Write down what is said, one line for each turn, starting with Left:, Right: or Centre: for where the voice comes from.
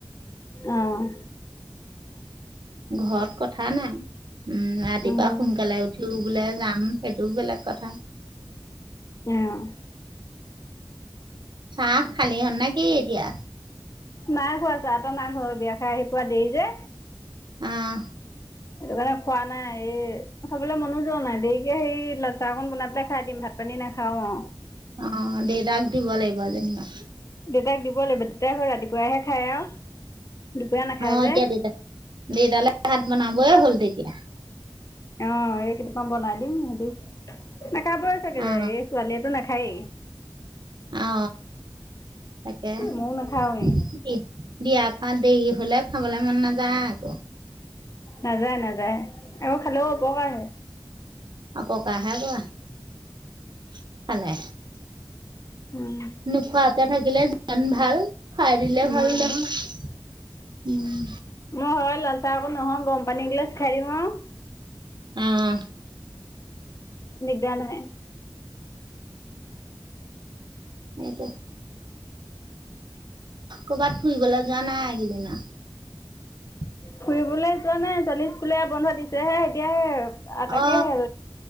Left: অৱ
Right: ঘৰত কথা নাই উম ৰাতিপুৱা
Left: উম।
Right: সোনকালে উঠি বোলে যাম। সেইটোও বেলেগ কথা।
Left: অৱ
Right: চাহ খালী হ'ল নেকি এতিয়া?
Left: নাই খোৱা আছে আঁতৰ মাক হৈ বিয়া খাই আহি পোৱা দেৰি যে।
Right: উম
Left: সেইটো কাৰণে খোৱা নাই এই খাবলৈ মনো যোৱা নাই দেৰিকে সেই লালচাহ এখন বনাই পেলাই খাই দিম। ভাত পানি নাখাওঁ।
Right: অ দে তাক দিব লাগিব যেনিবা।
Left: দেউতাক দিব লাগিব দেউতাই ৰাতিপুৱাহে খাই আও দুপৰীয়া নাখায়
Right: অ
Left: যে।
Right: এতিয়া দেতা দেতালৈ ভাত বনাবই হ'ল তেতিয়া।
Left: অ এই কেইটামান বনাই দিম সিহতি, নাখাব চাগে
Right: অ
Left: এই ছোৱালীয়েটো নাখায়। খাই।
Right: অ তাকে। দিয়াৰ
Left: ময়ো নাখাওৱেই।
Right: পা দেৰি হলে খাবলে মন নাযায় আকৌ
Left: নাযায় নাযায় আকৌ খালেও অপকাৰ হে।
Right: অপকাৰ হে পোৱা খালে।
Left: উম,
Right: নোখোৱাকে থাকিলে যিমান ভাল খুৱাই দিলে
Left: উম।
Right: ভাল নহয়। উম।
Left: মই হয় লাল চাহ অকন, নহয় গম পানীগিলাচ খাই দিও আৰু।
Right: উম।
Left: দিগদাৰ নহয়।
Right: সেয়টো, কৰ'বাত ফুৰিবলৈ যোৱা নাই এইকেইদিন আও। <unintelligible>
Left: ফুৰিবলৈ যোৱা নাই ছোৱালী স্কুলে বন্ধ দিছে হে এতিয়াহে। আহ তাকে
Right: অ
Left: হে।